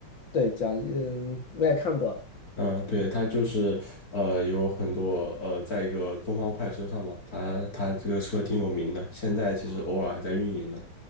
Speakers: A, on the left (about 65°); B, on the left (about 45°).
A: 对，讲，嗯，我也看过，
B: 嗯，对，他就是呃，有很多呃，在一个东方快车上嘛，他他这个车挺有名的，现在其实偶尔还在运营呢，